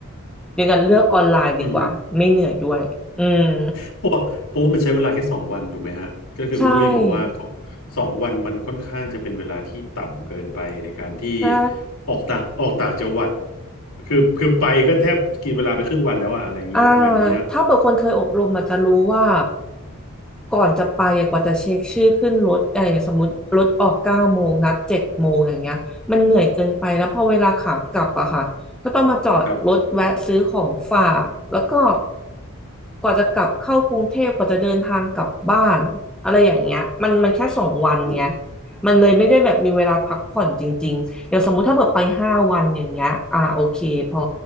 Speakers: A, in the centre; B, on the left (about 70°).
A: อย่างนั้นเลือกออนไลน์ดีกว่าไม่เหนื่อยด้วยอืม
B: อืม เพราะเพราะว่ามันใช้เวลาแค่สองวันถูกไหมฮะก็คือคุณอุ้ยบอกว่าสองสองวันมันค่อนข้างจะเป็นเวลาที่ต่ำเกินไปในการที่
A: ใช่ใช่
B: ออกต่างออกต่างจังหวัดคือคือไปก็แทบกินเวลาไปครึ่งวันแล้วอะอะไรอย่างเงี้ยประมาณนี้นะ
A: อ่าถ้าเปิดคนเคยอบรมอาจจะรู้ว่าก่อนจะไปอะกว่าจะเช็คชื่อขึ้นรถเออสมมติรถออกเก้าโมงนัดเจ็ดโมงอย่างเงี้ยมันเหนื่อยเกินไปแล้วพอเวลาขากลับอะค่ะก็ต้องมาจอดรถแวะซื้อของฝากแล้วก็
B: ครับ
A: กว่าจะกลับเข้ากรุงเทพกว่าจะเดินทางกลับบ้านอะไรอย่างเงี้ยมันมันแค่สองวันไง
B: อืม
A: มันเลยไม่ได้แบบมีเวลาพักผ่อนจริงๆ อย่างสมมุติถ้าแบบไปห้าวันอย่างเงี้ยอ่าโอเคพอ